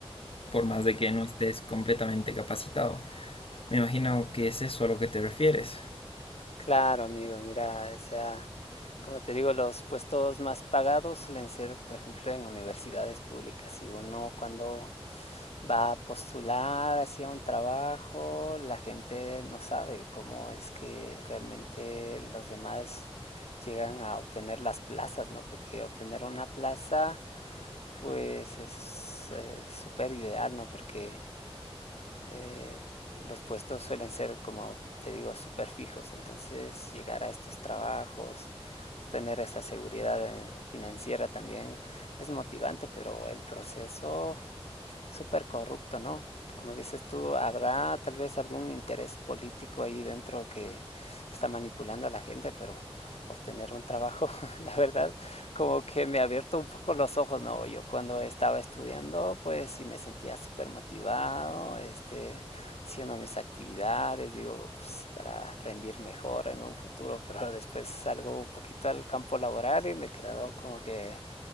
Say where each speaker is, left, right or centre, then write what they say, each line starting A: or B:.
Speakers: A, on the left; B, on the left.
A: por más de que no estés completamente capacitado. Me imagino que es eso a lo que te refieres.
B: Claro, amigo, mira, o sea, Como te digo, los puestos más pagados suelen ser, por ejemplo, en universidades públicas. Y uno cuando va a postular hacia un trabajo, la gente no sabe cómo es que realmente los demás llegan a obtener las plazas, ¿no? Porque obtener una plaza, pues es eh, súper ideal, ¿no? Porque eh, los puestos suelen ser, como te digo, súper fijos. Entonces, llegar a estos trabajos, tener esa seguridad eh, financiera también es motivante, pero el proceso súper corrupto, ¿no? Como dices tú, habrá tal vez algún interés político ahí dentro que está manipulando a la gente, pero obtener un trabajo, <laughs> la verdad, como que me ha abierto un poco los ojos, ¿no? Yo cuando estaba estudiando, pues sí me sentía súper motivado, este, haciendo mis actividades, digo, pues, para rendir mejor en un futuro, <laughs> pero después salgo un poquito al campo laboral y me he quedado como que